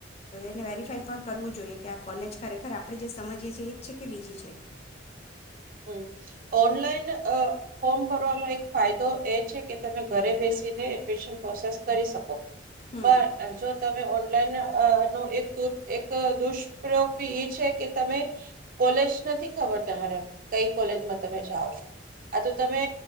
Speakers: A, on the left; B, on the right.
A: એને વેરિફાય પણ કરવું જોઈએ કે આ કોલેજ ખરેખર આપણે જે સમજીએ છીએ એ જ છે કે બીજી છે
B: હમ ઓનલાઈન ફોર્મ ભરવામાં એક ફાયદો એ છે કે તમે ઘરે બેસીને એડમિશન પ્રોસેસ કરી શકો
A: હમ
B: પણ જો તમે ન નો એક દુષ્પ્રયોગ ભી એ છે કે તમે કોલેજ નથી ખબર તમારે કઈ કોલેજમાં તમે જાઓ છો આ તો તમે